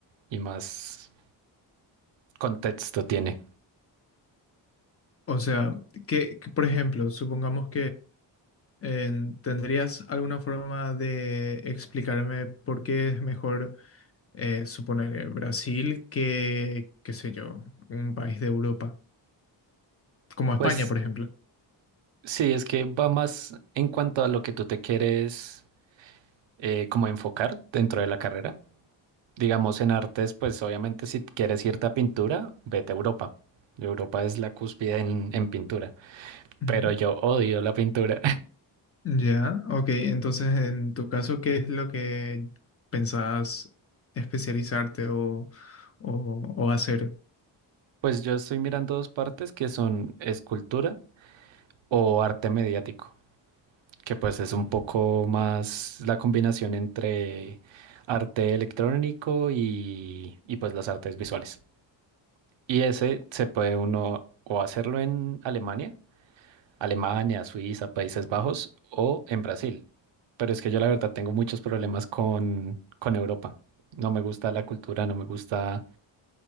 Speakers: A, on the right; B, on the left.
A: y más contexto tiene.
B: O sea, que, que, por ejemplo, supongamos En- ¿tendrías alguna forma de explicarme por qué es mejor eh, suponer eh, Brasil que, qué sé yo, un país de Europa, como España,
A: Pues
B: por ejemplo?
A: sí, es que va más en cuanto a lo que tú te quieres eh, como enfocar dentro de la carrera. Digamos en artes, pues obviamente si quieres irte a pintura, vete a Europa. Europa es la cúspide en, en pintura,
B: Ujú.
A: pero yo odio la pintura.
B: Ya, ok. Entonces, en tu caso, ¿qué es lo que pensabas especializarte o, o- o hacer?
A: Pues yo estoy mirando dos partes que son escultura o arte mediático, que pues es un poco más la combinación entre arte electrónico y, y pues las artes visuales. Y ese se puede uno o hacerlo en Alemania, Alemania, Suiza, Países Bajos o en Brasil. Pero es que yo la verdad tengo muchos problemas con, con Europa. No me gusta la cultura, no me gusta